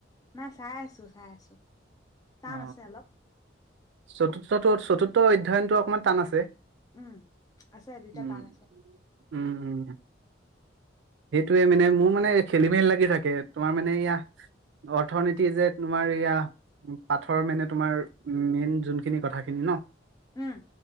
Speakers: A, on the left; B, on the right.
A: নাই চাই আছো, চাই আছো। টান
B: অ
A: আছে অলপ।
B: চতুৰ্থটো, চতুৰ্থ অধ্যয়নটো অকণমান টান আছে।
A: উম, আছে দুইটা
B: উম
A: টান আছে।
B: উম, উম। সেইটোয়ে মানে মোৰ মানে খেলি মেলি লাগি থাকে, তোমাৰ মানে এয়া অৰ্থনীতি যে তোমাৰ এয়া পাথৰ মেনেট তোমাৰ মেইন জোনখিনিত কথাখিনি ন?
A: উম।